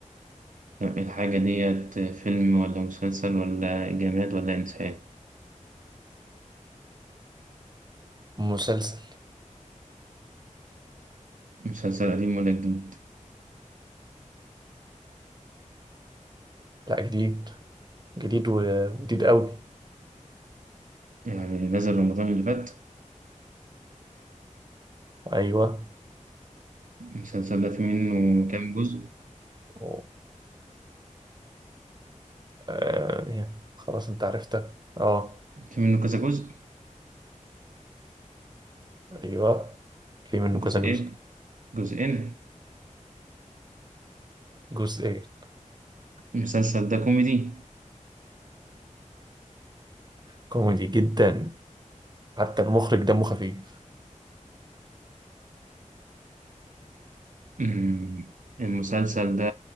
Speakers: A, on the right (about 75°); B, on the right (about 30°).
A: الحاجة ديت فيلم ولا مسلسل ولا جماد ولا إنسان
B: مسلسل
A: مسلسل قديم ولا جديد
B: لا جديد جديد و- وجديد قوي
A: يعني نزل رمضان اللي فات
B: ايوه
A: المسلسل ده في منه كام جزء
B: و آه يعني خلاص انت عرفتها اه
A: في منه كذا جزء
B: ايوه في منه كذا
A: جزئين
B: جزء
A: جزئين
B: جزء ايه
A: المسلسل ده كوميدي
B: كوميدي جدا حتى المخرج دمه خفيف
A: أمم، المسلسل ده